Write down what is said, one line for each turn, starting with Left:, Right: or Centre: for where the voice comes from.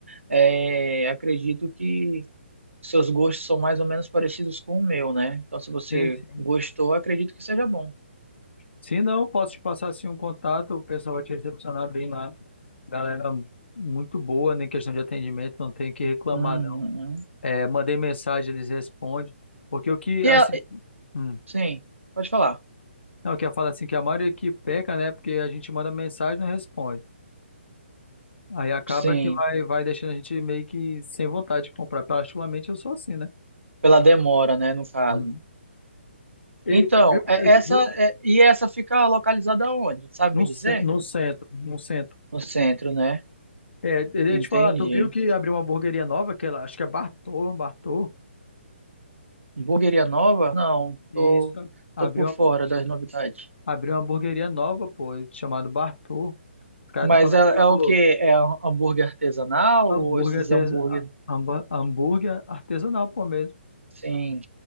Right: é, acredito que seus gostos são mais ou menos parecidos com o meu, né? Então se você
Left: Sim, sim.
Right: gostou, acredito que seja bom.
Left: Se não, posso te passar assim um contato, o pessoal vai te recepcionar bem lá. Galera muito boa, nem questão de atendimento, não tem o que reclamar,
Right: Uhum.
Left: não. É, mandei mensagem, eles respondem. Porque o que,
Right: E
Left: assim,
Right: a-
Left: hum.
Right: sim, pode falar.
Left: Não, que ia falar assim que a maioria que peca, né? Porque a gente manda mensagem e não responde. Aí acaba
Right: Sim,
Left: que vai, vai deixando a gente meio que sem vontade de comprar. Particularmente eu sou assim, né?
Right: pela demora, né, no caso.
Left: Uhum.
Right: Então,
Left: E tu viu, que-
Right: é-
Left: e
Right: essa
Left: tu viu que
Right: é- e essa fica localizada onde? Sabe
Left: no,
Right: me dizer?
Left: cen- no centro, no centro.
Right: No centro, né?
Left: É, eu ia
Right: Entendi.
Left: te falar, tu viu que abriu uma hamburgueria nova, que ela, acho que é Bartô, Bartô.
Right: Hamburgueria nova? Não,
Left: E
Right: tô,
Left: isso, abriu
Right: tô por fora
Left: uma,
Right: das novidades.
Left: abriu uma hamburgueria nova, pô, chamado Bartô. Os caras
Right: Mas
Left: estão falando
Right: é,
Left: que
Right: é o
Left: o
Right: quê? É um hambúrguer artesanal
Left: hambúrguer,
Right: ou esses
Left: artes-
Right: hambúrguer?
Left: hamba- hambúrguer é artesanal, pô, mesmo.
Right: Sim.